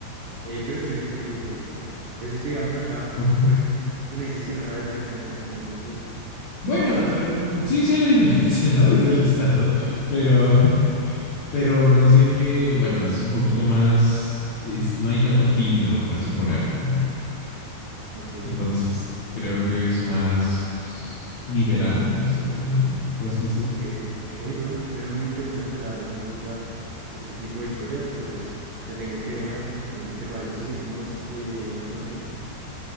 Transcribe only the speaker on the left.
oje.
Bueno, eh, sí sé la <laughs> diferencia, ¿no? Es del listado, pero, <laughs> pero no sé qué. Bueno, es un poquito más. Es, no hay tanto filtro, por así ponerlo, ¿no?
Entonces,
creo que es más pues, liberal, en cierta manera, por así decirlo.